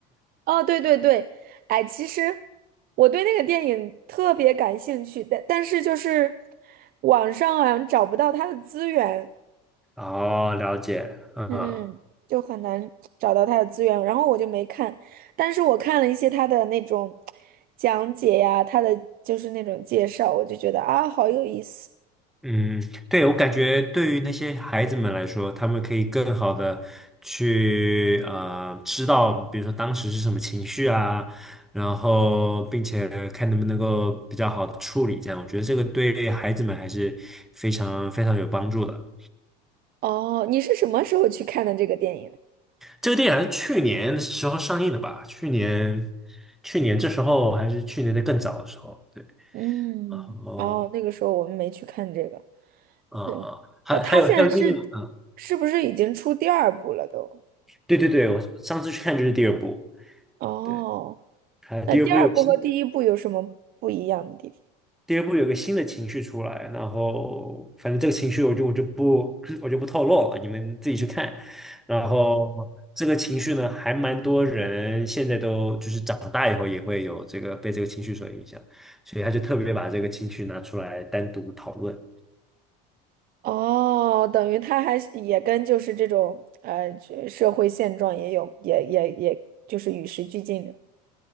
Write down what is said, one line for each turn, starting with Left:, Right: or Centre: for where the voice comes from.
Right: 哦，对对对，哎，其实我对那个电影特别感兴趣，但但是就是网上好像找不到它的资源，
Centre: <laughs> 哦，了解，嗯。
Right: 嗯嗯，就很难找到它的资源，然后我就没看，但是我看了一些它的那种讲解呀，它的就是那种介绍，我就觉得啊，好有意思。
Centre: 嗯，对，我感觉对于那些孩子们来说，他们可以更好的去呃知道，比如说当时是什么情绪啊，然后并且看能不能够比较好的处理这样，我觉得这个对孩子们还是非常非常有帮助的。
Right: 哦，你是什么时候去看的这个电影？
Centre: 这个电影好像去年的时候上映的吧？去年去年这时候还是去年的更早的时候，对，
Right: 嗯，
Centre: 然后
Right: 哦，那个时候我们没去看这个。
Centre: 啊啊，
Right: 嗯，
Centre: 还还有还有另一个啊，
Right: 哦，他现在是是不是已经出第二部了都？
Centre: 对对对，我上次去看就是第二部。
Right: 哦，
Centre: 对。还第二部有新，
Right: 那第二部和第一部有什么不一样的地方？
Centre: 第二部有个新的情绪出来，然后反正这个情绪我就我就不 <clears throat> 我就不透露了，你们自己去看。然后这个情绪呢，还蛮多人现在都就是长大以后也会有这个被这个情绪所影响，所以他就特别把这个情绪拿出来单独讨论。
Right: 哦，等于他还是也跟就是这种呃这社会现状也有也也也就是与时俱进的。